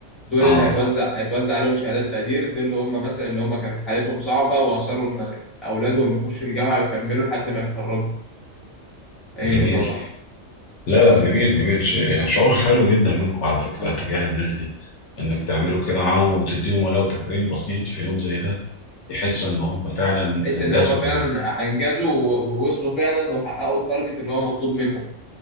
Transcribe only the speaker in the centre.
دول
اللي اه هيتوزع هيتوزع عليهم شهادات تقدير دول اللي هم مثلا اللي هم كانت حالتهم صعبة وأصروا إن أولادهم يخشوا الجامعة ويكملوا لحد ما يتخرجوا فاهمني
طبعا
اه
وتحس
إن هم فعلا أنجزوا و- ووصلوا فعلا وحققوا التارجت اللي هو مطلوب منهم